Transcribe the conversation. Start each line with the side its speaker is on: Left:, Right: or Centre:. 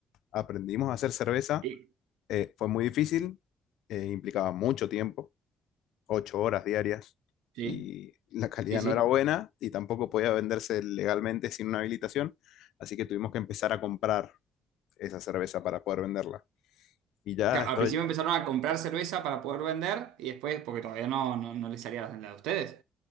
Left: Aprendimos a hacer cerveza,
Right: Sí.
Left: eh, fue muy difícil, eh, implicaba mucho tiempo ocho horas diarias
Right: Sí,
Left: y la calidad
Right: sí, sí.
Left: no era buena y tampoco podía venderse legalmente sin una habilitación, así que tuvimos que empezar a comprar esa cerveza para poder venderla. Y ya
Right: Claro,
Left: estoy...
Right: Al principio empezaron a comprar cerveza para poder vender y después, porque todavía no, no, no les salía la la de ustedes.